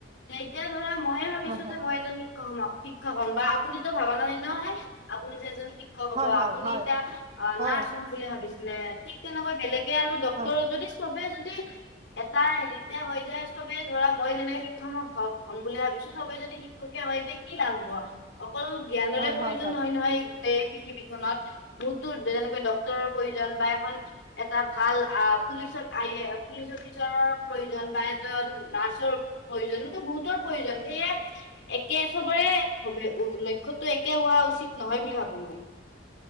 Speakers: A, on the left (about 70°); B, on the right (about 35°).
A: যে এতিয়া ধৰা মইে ভাবিছো
B: হয় হয়
A: যে মই এজনি, শ হ শিক্ষক হম বা আপুনিতো ভবা নাইয় নহয় আপুনি যে এজন শী, শিক্ষক
B: হয়
A: হ'ব
B: হয়
A: আপুনি
B: হয়
A: এতিয়া আ
B: হয়,
A: নাৰ্ছ হম বুলি ভাবিছিলে। ঠিক তেনেকৈ বেলেগে আৰু ড্ক্তৰৰ
B: হয়,
A: যদি, চবে যদি এটা হেৰিতে হৈ যায় সবেই ধৰা মই যেনেকে শিক্ষক হম। শিক্ষক হম বুলি ভাবিছো সবেই যদি শিক্ষকে হয় তেতিয়া কি লাভ হব অ। অকল জ্ঞানৰে
B: হয়,
A: প্ৰয়োজন
B: হয়, হয়,
A: নহয় নহয়। গোটেই পৃথিৱীখনত বহুতো যেনেকৈ ডক্তৰৰ প্ৰয়োজন বা এখন, এটা ভাল আহ পুলিচত আয়ে, পুলিচ অফিচাৰৰ প্ৰয়োজন বা এজন নাৰ্চৰ প্ৰয়োজন এক বহুতৰ প্ৰয়োজন সেয়ে, একে সবৰে ভব উ লক্ষ্যটো একে হোৱা উচিত নহয় বুলি ভাবো মই,